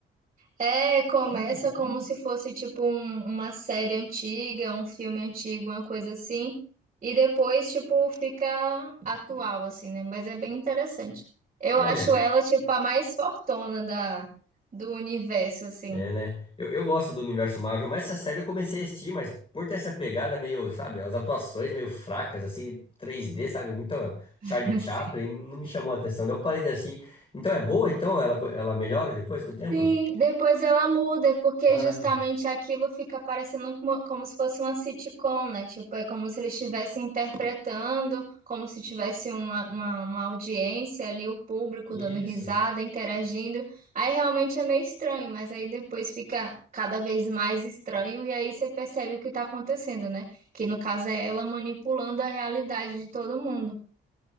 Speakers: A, on the right; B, on the left.
A: É, começa como se fosse tipo um- uma série antiga, um filme antigo, uma coisa assim, e depois tipo fica atual assim, né? Mas é bem interessante. Eu
B: Olha,
A: acho ela tipo a mais fortona da do universo assim.
B: É, né? Eu, eu gosto do universo Marvel, mas essa série eu comecei a assistir, mas por ter essa pegada meio, sabe, as atuações meio fracas, assim, 3D, sabe, muito Charlie
A: <laughs>
B: Chaplin, não me chamou a atenção. Daí eu parei de assistir. Então é boa, então? Ela, co- ela melhora depois com o tempo?
A: Sim, depois ela muda, porque
B: Ah,
A: justamente aquilo fica parecendo como, como se fosse uma sitcom, né? Tipo, é como se eles estivessem interpretando, como se tivesse uma, uma, uma audiência ali, o público
B: isso.
A: dando risada, interagindo. Aí realmente é meio estranho, mas aí depois fica cada vez mais estranho, e aí você percebe o que tá acontecendo, né? Que no caso é ela manipulando a realidade de todo mundo.